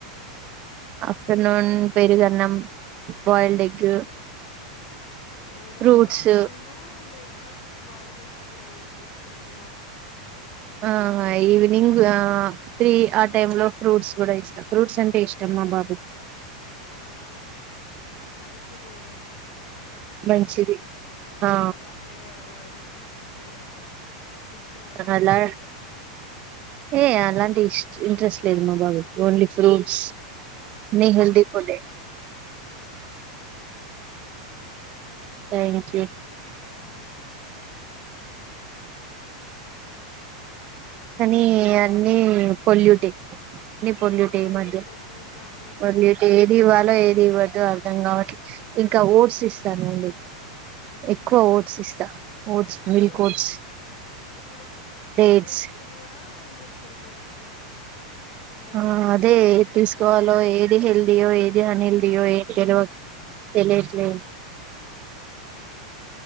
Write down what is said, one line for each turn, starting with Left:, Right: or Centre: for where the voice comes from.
Right: ఆఫ్టర్నూన్ పెరుగన్నం బాయిల్డ్ ఎగ్
Left: నేను
Right: ఫ్రూట్స్
Left: కూడా మార్నింగ్ బ్రేక్ ఫస్ట్ కి బాయిల్ ఎగ్స్ ఏది తీసుకుంటున్నా
Right: ఆ ఈవినింగ్ తీ ఆ టై లో ఫ్రూట్స్ కూడా ఇస్తా ఫ్రూట్స్ అంటే ఇష్టం చమ్మా బాబు
Left: అవునా మంచిదే గదా ఓట్స్ తింటే
Right: మంచిది ఆ
Left: అలాంటేవి అలవాదు చెయ్యండి చిప్స్ లాంటివి
Right: అలా
Left: పెట్టకండి
Right: ఏ అలాంటి ఇంట్రెస్ట్ లేదు మా బాబు ఓన్లీ ఫ్రూట్స్ ని హెల్ది ఫుడ్
Left: అవు అవిష్
Right: థ్యాంక్ యూ
Left: అ
Right: కానీ అన్నీ పొల్యూటి నీ పొల్యూట్
Left: ఇప్పుడు
Right: ఈమధ్య
Left: అన్ని పొల్యూట్ అన్నిటికి
Right: పొల్యూట్
Left: మందులు
Right: ఏది ఇవ్వాలో
Left: వేసి
Right: ఏది
Left: పెంచుతున్నారు
Right: ఇవ్వద్దు అర్ధం కావట్లే ఇంకా ఓట్స్ ఇస్తానండి
Left: మ్మ్
Right: ఎక్కువ ఓట్స్ ఇస్తా ఓట్స్
Left: ఇప్పుడు
Right: మిల్క్ ఓట్స్
Left: ఇప్పుడు
Right: డేట్స్
Left: ఫ్రూట్స్ కి కూడా ఇంజక్షన్స్ ఇస్తున్నారు కొందరు
Right: ఆ అదే ఎది
Left: పెరగాలని
Right: తీసుకోవాలో ఏది హెల్దీయో ఏది అన్హెల్దీయో ఏ తెలువదు తెలియట్లేదు.
Left: హ్మ్మ్